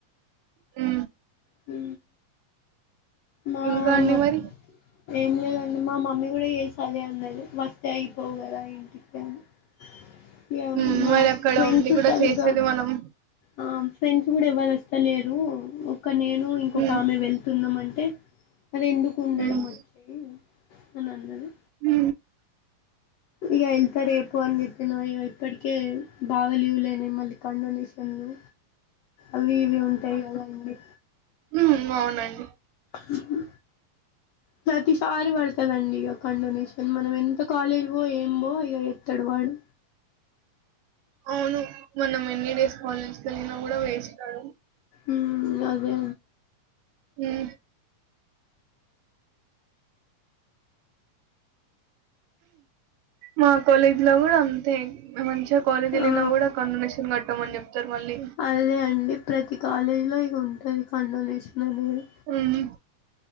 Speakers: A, on the right; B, on the left.
A: ఆ
B: హ మా
A: ఇంకా
B: అమ్మ
A: అండి మరి?
B: ఏం లేదండి మా మమ్మీ కూడా చేసి అదే అన్నది వస్తే అయిపోవు కదా ఇంటికి అని
A: హ్మ్.
B: మా
A: మరక్కడ
B: ఫ్రెండ్స్
A: ఉండి కూడా
B: సరిగ్గా
A: చేసేది మనం
B: ఆ ఫ్రెండ్స్ కూడా ఎవ్వరు వస్తలేరు ఒక్క నేను ఇంకొక
A: హ్మ్.
B: ఆమె వెళ్తున్నాం అంటే. మరి ఎందుకు ఉండడం
A: హ్మ్.
B: వచ్చెయ్ అని అన్నది
A: హ
B: ఇక వెళ్తారు రేపు అని చెప్పిన ఇక ఇప్పటికే బాగా లీవ్ లైనయి మళ్ళీ కాండొనేషన్లు. అవి ఇవి ఉంటాయి కదండి
A: ఉమ్ అవునండి
B: చెప్పు ప్రతిసారి పడుతందిండి ఇక కండోనీషన్ మనం ఎంత కాలేజ్ పో ఏం బో ఇక ఎస్తాడు వాడు
A: అవును మనం ఎన్ని డేస్ కాలేజ్ వెళ్ళినా కూడా వేస్తాడు
B: ఉమ్ అదే
A: ఉం మా కాలేజీ లో కూడా అంతే మంచిగా కాలేజ్ వెళ్ళినా
B: ఆ
A: కూడా కన్డొనేషన్ కట్టమని చెప్తారు మళ్ళీ
B: అదే అండి ప్రతి కాలేజీలో ఇక ఉంటది కన్ డొనేషన్ అనేది.
A: ఉమ్